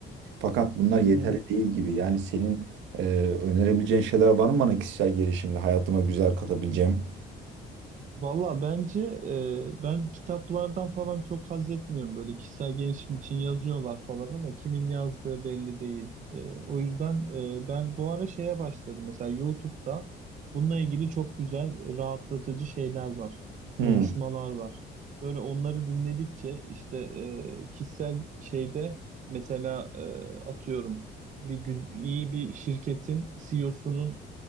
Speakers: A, on the right (about 85°); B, on the right (about 40°).
A: fakat bunlar yeterli
B: Ee,
A: değil gibi. Yani senin e, önerebileceğin şeyler var mı bana kişisel gelişimle hayatıma güzel katabileceğim?
B: Valla bence e, ben kitaplardan falan çok haz etmiyorum. Böyle kişisel gelişim için yazıyorlar falan ama kimin yazdığı belli değil. E, o yüzden e, ben bu ara şeye başladım. Mesela YouTube'da bununla ilgili çok güzel rahatlatıcı şeyler var.
A: Hmm.
B: Konuşmalar var. Böyle onları dinledikçe işte e, kişisel şeyde mesela e, atıyorum bir gün iyi bir şirketin CEO'sunun